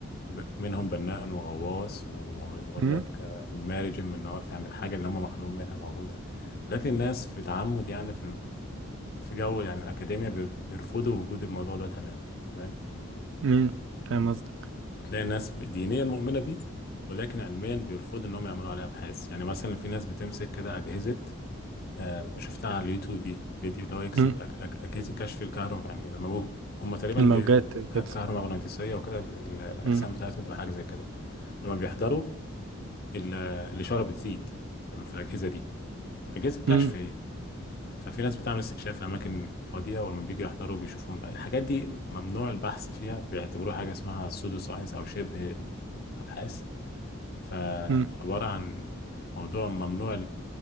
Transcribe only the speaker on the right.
ده
امم فاهم قصدك
امم
الموجات
كده
امم
امم
امم